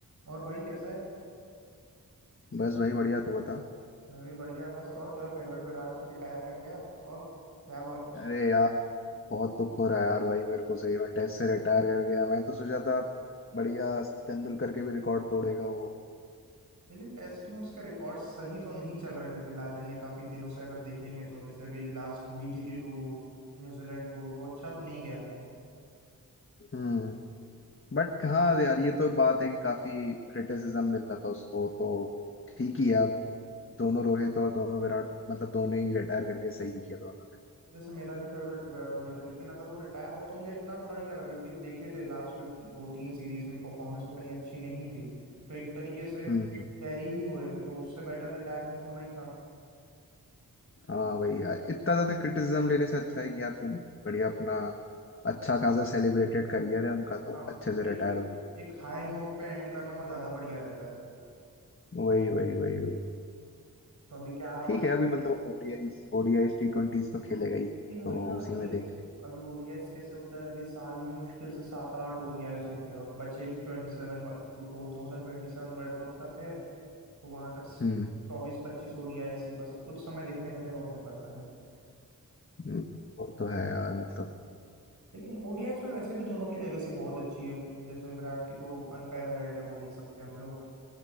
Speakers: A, on the right; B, on the left.
A: और भाई कैसा है
B: बस भाई बढ़िया तू बता
A: मैं भी बढ़िया बस और तेरा फेवरेट विराट तो रिटायर कर गया और क्या बात उस
B: अरे यार बहुत दुख हो रहा है यार भाई मेरे को सही में टेस्ट से रिटायर कर गया मैं तो सोचा था बढ़िया तेंदुलकर के भी रिकॉर्ड तोड़ेगा वो
A: लेकिन टेस्ट में उसके रिकॉर्ड सही तो नहीं चल रहे थे फिलहाल यानी काफी दिनों से अगर देखेंगे तो जैसे भी last BGT tour New Zealand tour वो अच्छा तो नहीं गया था
B: हम्म बट हाँ यार ये तो बात है कि काफी क्रिटिसिज्म मिल रहा था उसको तो ठीक ही है अब दोनों रोहित और दोनों विराट मतलब दोनों ही रिटायर करके सही किया दोनों ने
A: जैसे मेरा भी फेवरेट रोहित है लेकिन अगर वो रिटायर हुआ तो मुझे इतना बुरा नहीं लग रहा क्योंकि देखे थे लास्ट दो तीन सीरीज में परफॉर्मेंस उतनी अच्छी नहीं थी तो एक तरीके से
B: हम्म हम्म।
A: कैरी ही हो रहे थे तो उससे बेटर रिटायरमेंट होना ही था
B: हाँ भाई यार इतना ज्यादा क्रिटिसिज्म लेने से अच्छा है कि यार तुम बढ़िया अपना अच्छा खासा सेलिब्रेटेड करियर है उनका तो
A: हाँ
B: अच्छे
A: वो
B: से रिटायर हो गए
A: एक हाई नोट पे एंड करना वो ज्यादा बढ़िया रहता है
B: वही वही वही वही
A: तो अभी क्या आप
B: ठीक है अभी मतलब ओडीआईस ओडीआईस टी ट्वेंटीज तो खेलेगा ही
A: लेकिन वही
B: तो
A: ना
B: उसी
A: कि
B: में
A: जैसे
B: देख लें
A: अभी ओडीआईस कैसे होता है अभी साल में मुश्किल से सात आठ ओडीआईस होंगे और बचे भी twenty seven two thousand twenty seven world cup तक है तो वहां तक चौबीस
B: हम्म
A: पच्चीस ओडीआईस ही बस अब कुछ समय देखने मिलेगा उन्हें बस हमें
B: हम्म, वो तो है यार मतलब
A: लेकिन ओडीआईस में वैसे भी दोनों की लेगेसी बहुत अच्छी है जैसे विराट की तो अनपैरेलल्ड है बोल ही सकते हैं हम लोग